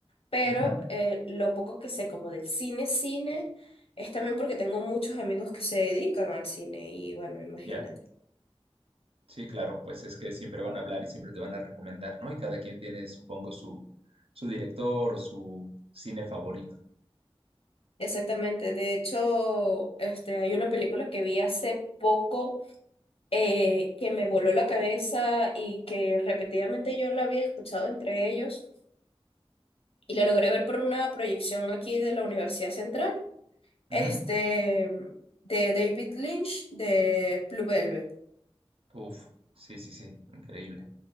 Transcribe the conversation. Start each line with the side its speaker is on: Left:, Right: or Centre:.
Left: pero
Right: Ujú,
Left: eh, lo poco que sé como del cine, cine, es también porque tengo muchos amigos que se dedican al cine y bueno, imagínate.
Right: Ya. Sí, claro, pues es que siempre van a hablar y siempre te van a recomendar, ¿no? Y cada quien tiene, supongo, su, su director o su cine favorito.
Left: Exactamente. De hecho, este, hay una película que vi hace poco eh, que me voló la cabeza y que repetidamente yo la había escuchado entre ellos y la logré ver por una proyección aquí de la Universidad Central. este,
Right: Ujú.
Left: de David Lynch, de Blue Velvet.
Right: Uf, sí, sí, sí, increíble.